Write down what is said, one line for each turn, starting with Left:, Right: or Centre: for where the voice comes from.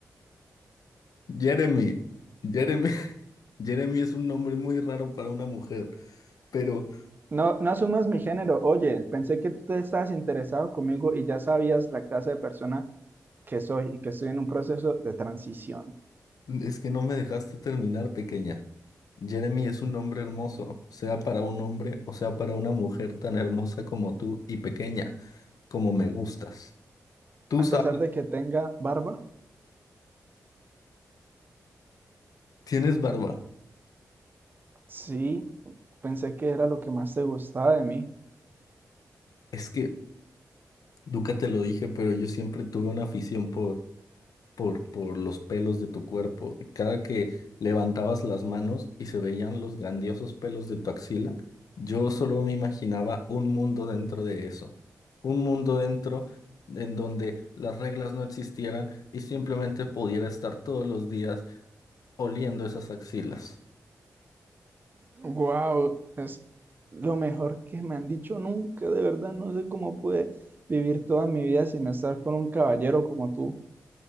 Left: Jeremy, Jeremy. Jeremy es un nombre muy raro para una mujer, pero
Right: No, no asumas mi género. Oye, pensé que tú te estabas interesado conmigo y ya sabías la clase de persona que soy y que estoy en un proceso de transición.
Left: es que no me dejaste terminar, pequeña. Jeremy es un nombre hermoso, sea para un hombre o sea para una mujer tan hermosa como tú y pequeña, como me gustas. Tú sabes,
Right: A pesar de que tenga barba,
Left: tienes barba.
Right: sí, pensé que era lo que más te gustaba de mí.
Left: Es que nunca te lo dije, pero yo siempre tuve una afición por por, por los pelos de tu cuerpo. Cada que levantabas las manos y se veían los grandiosos pelos de tu axila, yo solo me imaginaba un mundo dentro de eso. Un mundo dentro en donde las reglas no existieran y simplemente pudiera estar todos los días oliendo esas axilas.
Right: Wow, es lo mejor que me han dicho nunca. De verdad, no sé cómo pude vivir toda mi vida sin estar con un caballero como tú.